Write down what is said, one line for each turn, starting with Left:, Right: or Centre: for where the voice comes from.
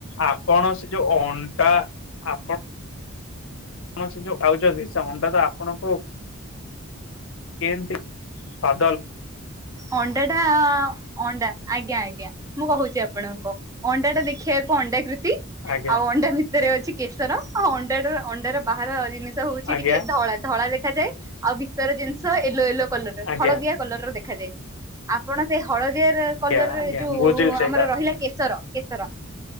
Left: ଆପଣ ସେ ଯୋଉ ଅଣ୍ଡା ଆପ <unintelligible> ଯୋଉ ଖାଉଛନ୍ତି ସେ ଅଣ୍ଡା ତ ଆପଣଙ୍କୁ କେମତି। <unintelligible>
Right: ଅଣ୍ଡାଟା ଅଣ୍ଡା ଆଜ୍ଞା ଆଜ୍ଞା ମୁଁ କହୁଛି ଆପ ଣଙ୍କୁ ଅଣ୍ଡା ଟା ଦେଖିବାକୁ ଅଣ୍ଡା କୃତି
Left: ଆଜ୍ଞା
Right: ଆଉ ଅଣ୍ଡା ଭିତରେ ଅଛି କେଶର ଅଣ୍ଡା ଅଣ୍ଡାର ବାହାର ଜିନିଷ ହଉଛି
Left: ଆଜ୍ଞା
Right: ଟିକେ ଧଳା ଧଳା ଦେଖା ଯାଏ ଆଉ ଭିତର ଜିନିଷ ୟେଲୋ ୟେଲୋ କଲର
Left: ଆଜ୍ଞା
Right: ହଳଦିଆ କଲର ର ଦେଖାଯାଏ ଆପଣ ସେ ହ ହଳଦିଆର କଲର
Left: ଆଜ୍ଞା ଆଜ୍ଞା
Right: ଯୋଉ
Left: ମୁଁ ବୁଝିଲି ସେଇଟା
Right: ଆମର ରହିଲା କେଶର। କେଶର